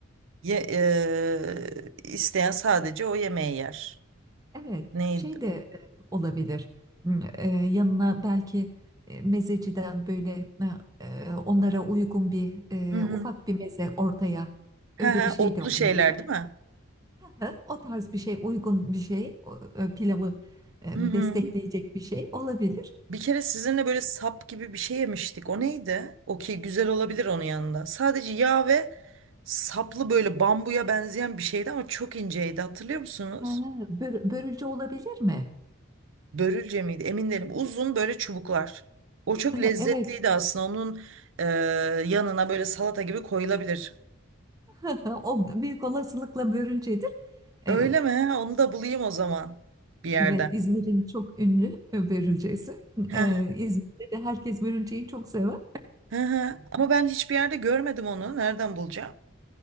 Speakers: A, on the right; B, on the right.
A: Ye, eee, isteyen sadece o yemeği yer.
B: Evet,
A: Neydi?
B: şey de e, olabilir. Hmm, e, yanına belki e, mezeciden böyle e, e, onlara uygun bir e,
A: Hı hı.
B: ufak bir meze ortaya
A: He
B: öyle
A: he,
B: bir şey
A: otlu
B: de olabilir.
A: şeyler değil mi?
B: Hı, O tarz bir şey uygun bir şey o, e, pilavı e,
A: Hı
B: destekleyecek
A: hı.
B: bir şey olabilir.
A: Bir kere sizinle böyle sap gibi bir şey yemiştik. O neydi? Okey güzel olabilir onun yanında. Sadece yağ ve saplı böyle bambuya benzeyen bir şeydi ama çok inceydi. Hatırlıyor musunuz?
B: Ha, bör- börülce olabilir mi?
A: Börülce miydi? Emin değilim. Uzun böyle çubuklar. O çok
B: E,
A: lezzetliydi
B: Evet,
A: aslında. Onun e, yanına böyle salata gibi koyulabilir.
B: <laughs> o büyük olasılıkla börülcedir. E,
A: Öyle mi? Ha, Onu da bulayım o zaman bir yerden.
B: Evet, İzmir'in çok ünlü e, börülcesi.
A: Hı
B: Ee,
A: hı,
B: İzmir'de de herkes börülceyi çok sever.
A: hı hı. Ama ben hiçbir yerde görmedim onu. Nereden bulacağım?